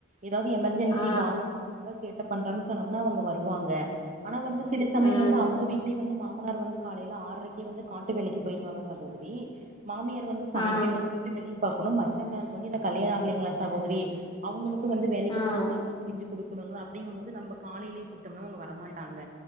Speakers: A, on the right; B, on the left.
A: ஏதாது எமர்ஜென்சி
B: ஆ
A: வாங்க ப சேட்ட பண்றான் சொன்னம்னா அவங்க வருவாங்க ஆனா வந்து சில சமய
B: ஆ
A: வந்து அவங்க வீட்லே வந்து மாமனார் வந்து காலேல ஆற்ரைக்கே வந்து காட்டு வேலைக்கு போயிருவாங்க சகோதரி மாமியார் வந்து சமைக்கணு
B: ஆ
A: வீட்டு வேலையு பாக்கணு மச்சண்டார்க்கு வந்து இன்னு கல்யாண ஆகலைங்களா சகோதரி அவங்களு க்கு வந்து வேலைக்கு
B: ஆ
A: போனா சாப்பாடு செஞ்சு குடுக்கணுல அப்டிங்கும்போது நம்ப காலேலே கூப்டோம்னா அவங்க வரமாட்டாங்க